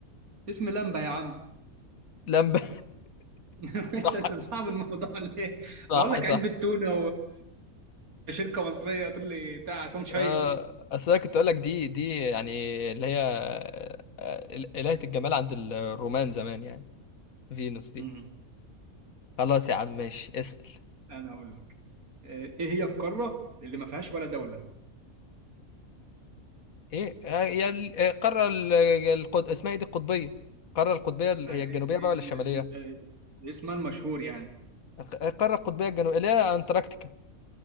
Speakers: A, on the right; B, on the left.
A: اسم لمبة يا عم
B: لمبة
A: <laughs>
B: <laughs> صح
A: انت انت مصعب الموضوع ليه؟
B: صح
A: بقول لك
B: صح
A: علبة تونة وشركة مصرية تقول لي بتاع سانشاين
B: آه، اصل انا كنت اقول لك دي دي يعني اللي هي آه، ال- إلهة الجمال عند الرومان زمان يعني فينوس دي
A: مم.
B: خلاص يا عم ماشي اسأل
A: انا هقول لك آه، ايه هي القارة اللي ما فيهاش ولا دولة؟
B: ايه آه، يا ال- آه، القارة ال- القد... اسمها ايه دي القطبية القارة القطبية ال-
A: آه،
B: هي الجنوبية
A: ال-
B: بقى ولا الشمالية
A: ال- ال- اسمها المشهور يعني
B: الق- القارة القطبية الجنوبية اللي هي انتاركتيكا